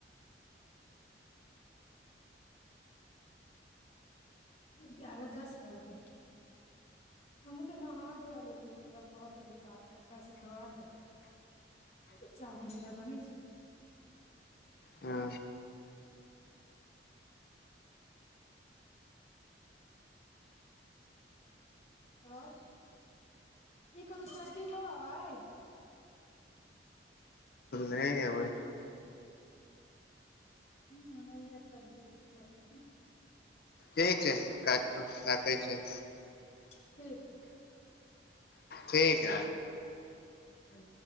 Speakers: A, on the left; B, on the left.
A: ग्यारह दस भऽ गेल हमहूँ तऽ नहा धोआ लेलियै सभ भऽ गेलै काज कपड़ा सभ धोआ गेलै एगो चावल हैया बनै छै
B: ह
A: आर की करू सब्जी लौ आउ आइ
B: नहि अबै
A: ह भैया सब्जी सब ल एथिन
B: ठीक छै काटू कटै छि
A: ठीक अछि
B: ठीकी य
A: हू